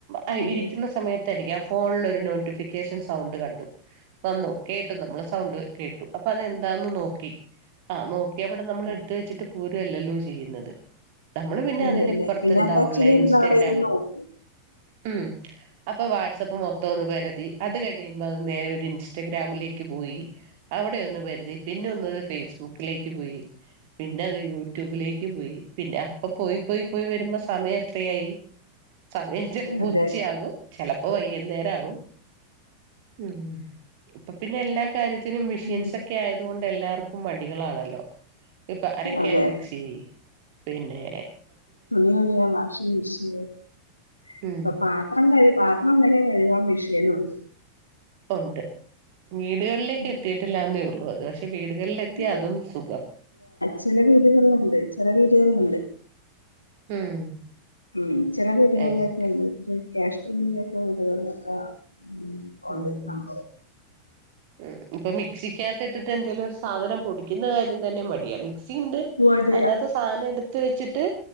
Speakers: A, on the right; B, on the left.
A: ആ
B: അതെ
A: ഇരി രിക്കുയ ഫോണിൽ ഒരു നോട്ടിഫിക്കേഷൻ സൗണ്ട് കണ്ടു അപ്പം കേട്ടു നോക്ക സൗണ്ട് കേട്ടു അപ്പം അത് എന്താണെന്ന് നോക്കി ആ നോ ഇവിടെ നമ്മൾ
B: അതെ.
A: എടുത്തു വെച്ചിട്ട് ഫു അല്ലല്ലോ ചെയ്യുന്നത് നമ്മള് പിന്നെ
B: ഇല്ല
A: അതിനിപ്പുറത്ത്
B: ഇല്ല പിന്നെ
A: എന്താ
B: തച്ചിൻ
A: ഉള്ളേ
B: ഇരുന്ന്
A: ഇൻസ്റ്റഗ്രാം
B: ആ പേര് നോക്കും
A: ഉം അപ്പോ വാട്സ്ആപ്പ് മൊത്തം ഒന്ന് പരുതി അത് കഴിയുമ്പോ നേരെ ഒന്ന് ഇൻസ്റ്റാഗ്രാമിലേക്ക് പോയി അവിടെ ഒന്ന് പരിധി പിന്നെ ഒന്ന് ഫേസ്ബുക്കിലേക്ക് പോയിപിന്നെ യൂട്യൂബിലേക്ക് പോയി പിന്നെ അപ്പംപോയി പോയി പോയി വരുമ്പോൾ സമയം എത്രയായി സമയം ചിലപ്പോ
B: അതെ
A: ഉച്ചയാകും ചിലപ്പോ വൈകുന്നേരം ആകും ഉം അപ്പോ പിന്നെ എല്ലാ കാര്യ മെഷീൻസ്
B: ഉം
A: ഒക്കെ ആയതുകൊണ്ട എല്ലാർക്കും മടികൾ ആണല്ലോ ഇപ്പം അരയ്ക്കാൻ
B: അതെ
A: മിക്സി പിന്നെ
B: തുണി കഴുകാൻ വാഷിംഗ് മെഷീൻ ഇപ്പം
A: ഉം
B: പാത്രം കഴുകുക ത്രം വരെ കഴുകാൻ മെഷീൻ ഉണ്ട്
A: ഉണ്ട് വീടുകളിലേക്ക്
B: ഉം.
A: എത്തിയിട്ടില്ലന്നേ ഉള്ളൂ <unintelligible>
B: <unintelligible>
A: അതും സുഖം
B: ചില വീടുകളിൽ ഉണ്ട് ചില വീടുകളിൽ ഉണ്ട്
A: ഉം
B: ഉം ചില വിടുകളിൽ
A: അയ്
B: ഒകൈ
A: ശരി
B: ഉണ്ട് കാശ് ഉള്ള വീടുകളിലൊക്ക ഉം ഒണ്ട്
A: ഉം
B: സംഭവം
A: ഉം ഇപ്പം മിക്സി അകത്തിട്ടട്ട് എന്തെങ്കിലും ഒരു സാധനം പൊടിക്കുന്ന കാര്യം തന്നെ മടിയാ മക് ഇണ്ട്
B: മടിയാ
A: അതിനത്ത് സാധനം ഇ റ്റ് വെച്ചിട്ട്